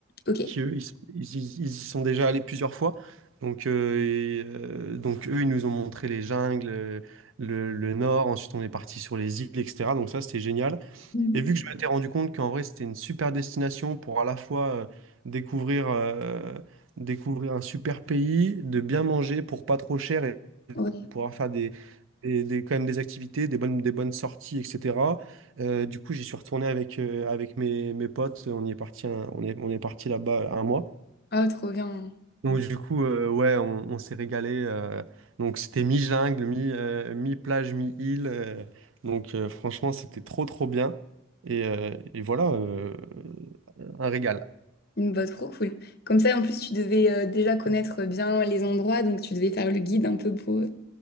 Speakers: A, on the left; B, on the right.
A: Ok.
B: qui eux, ils, sont- ils, ils- ils y sont déjà allés plusieurs fois. Donc, euh, et, euh, donc eux, ils nous ont montré les jungles, euh, le, le nord. Ensuite, on est parti sur les îles, etc. Donc ça, c'était génial.
A: Mhm.
B: Et vu que je m'étais rendu compte qu'en vrai, c'était une super destination pour à la fois euh, découvrir, euh, découvrir un super pays, de bien manger pour pas trop cher et
A: Ouais.
B: pouvoir faire des, des, des- quand même des activités, des bonnes, des bonnes sorties, etc. Euh, du coup, j'y suis retourné avec, euh, avec mes, mes potes. On y est parti, un- on est, on est parti là-bas un mois.
A: Oh, trop bien.
B: Donc du coup, euh, ouais, on, on s'est régalé. euh, donc c'était mi-jungle, mi, euh, mi-plage, mi-île. euh, donc euh, franchement, c'était trop trop bien. Et, euh, et voilà, euh, un régal.
A: Bah, trop cool. Comme ça, en plus, tu devais euh, déjà connaître bien les endroits, donc tu devais faire le guide un peu pour eux.